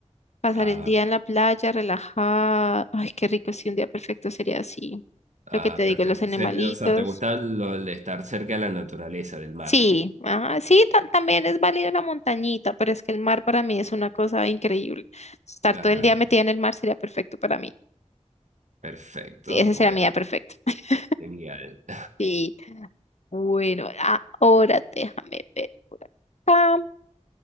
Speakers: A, on the left (about 65°); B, on the right (about 75°).
A: pasar
B: Ah,
A: el día en la playa, relajada. Ay, qué rico, sí, un día perfecto sería así.
B: ah,
A: Lo que te digo,
B: perfecto.
A: los animalitos.
B: Ser- O sea, ¿te gusta lo de estar cerca de la naturaleza, del mar?
A: Sí, ajá, sí, ta- también es válida la montañita, pero es que el mar para mí es una cosa increíble. Estar
B: Ah,
A: todo el día metida en el mar sería perfecto para mí.
B: perfecto.
A: Sí, ese
B: Bueno,
A: sería mi día perfecto. <laughs>
B: genial. <laughs>
A: Sí, bueno, ahora déjame ver. acá.